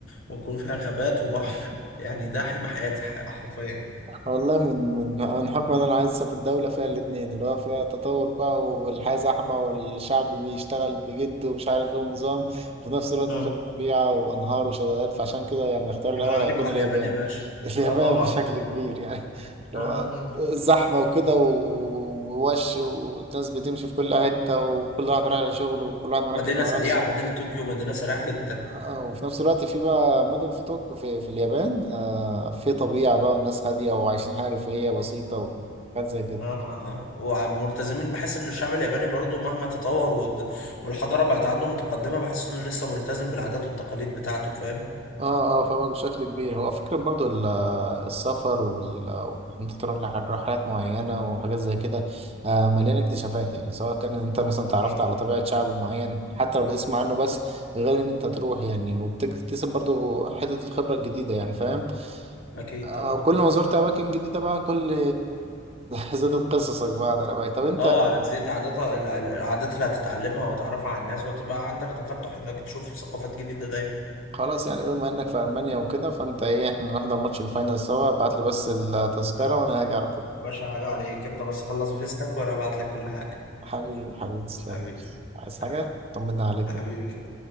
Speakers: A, on the left (about 80°); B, on the right (about 30°).
A: ويكون فيها غابات وبحر
B: <laughs>
A: يعني ده حلم حياتي ح- حرفيا يعني
B: والله من من من حب انا عايز اسافر دوله فيها الاتنين اللي هو فيها تطور بقى والحياه زحمه والشعب بيشتغل بجد ومش عارف ايه ونظام في نفس الوقت
A: اه
B: فيها طبيعه وانهار وشلالات فعشان كده يعني الاختيار الاول
A: يبقى عليكم
B: هيكون
A: على
B: اليابان
A: اليابان يا باشا
B: <laughs> اليابان
A: اه طبعا
B: بشكل كبير يعني اللي
A: آه
B: هو
A: آه، آه.
B: الزحمه وكده ووش والناس بتمشي في كل حته وكل واحد رايح لشغله وكل واحد مركز
A: مدينة
B: مع
A: سريعة
B: نفسه
A: مدينة طوكيو مدينة سريعة جدا
B: آه وفي نفس الوقت في بقى مدن في طوكيو في, في اليابان آه في طبيعة بقى والناس هادية وعايشين حياة رفاهية بسيطة وحاجات زي كده
A: آه وملتزمين بحس ان الشعب الياباني برضو مهما تطور والد- والحضارة بقت عنده متقدمة بحس انه لسه ملتزم بالعادات والتقاليد بتاعته فاهم
B: اه اه فاهمك بشكل كبير هو فكرة برضو ال- السفر وال- وإن انت تروح لرحلات معينة وحاجات زي كده آه مليانة اكتشافات يعني سواء كان انت مثلا تعرفت
A: اكيد
B: على
A: طبعا
B: طبيعة شعب معين حتى لو بتسمع عنه بس غير ان انت تروح يعني وبتكتسب برضو حتة الخبرة الجديدة يعني فاهم
A: اكيد
B: آه،
A: طبعا
B: كل ما زرت أماكن جديدة بقى كل <laughs> زادت قصصك بقى على الأماكن طب أنت
A: اه هتزيد عاداتها الع- العادات اللي هتتعلمها وتعرفها على الناس وتبقى عندك تفتح انك تشوف ثقافات جديدة دايما
B: خلاص يعني بما إنك في ألمانيا وكده فأنت إيه إحنا نحضر ماتش الفاينل سوا ابعت لي بس التذكرة وأنا هاجي على طول
A: يا باشا حاجة عليك انت بس خلص فيستك وانا هبعت لك كل حاجة
B: حبيبي حبيبي تسلم
A: حبيبي
B: عايز حاجة
A: آه،
B: طمنا عليك
A: حبيبي
B: بقى
A: شوف